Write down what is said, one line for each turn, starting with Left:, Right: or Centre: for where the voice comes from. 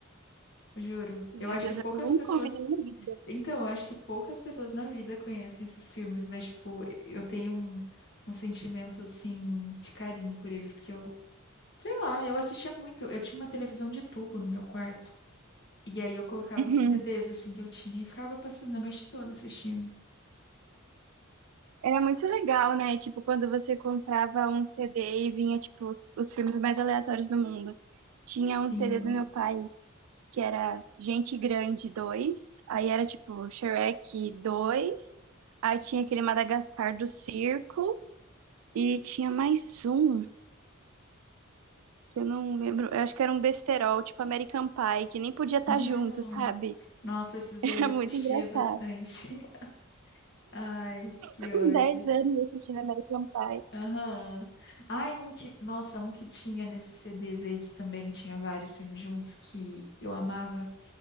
Left: Juro.
Right: Meu
Left: Eu acho
Right: Deus,
Left: que poucas
Right: eu nunca
Left: pessoas.
Right: ouvi na minha
Left: Então, eu acho que poucas pessoas na vida conhecem esses filmes, mas, tipo, eu tenho um, um sentimento, assim, de carinho por eles, porque eu, sei lá, eu assistia muito. Eu tinha uma televisão de tubo no meu quarto. E aí eu colocava
Right: vida.
Left: os CDs, assim, que eu tinha e ficava passando a noite toda assistindo.
Right: Era muito legal, né? Tipo, quando você comprava um CD e vinha, tipo, os, os filmes mais aleatórios do mundo. Tinha
Left: Sim.
Right: um CD do meu pai que era Gente Grande dois. aí era tipo Shrek dois. aí tinha aquele Madagascar do Circo, e tinha mais um, que eu não lembro, eu acho que era um besterol, tipo American Pie, que nem podia estar
Left: Uhum.
Right: junto, sabe?
Left: Nossa, esses daí
Right: <laughs> Era
Left: eu assistia
Right: muito engraçado.
Left: bastante. <laughs> Ai, que
Right: Com
Left: ódio.
Right: 10 anos assistindo American Pie.
Left: Aham. Ai, um que. Nossa, um que tinha nesses CDs aí que também tinha vários filmes juntos que eu amava.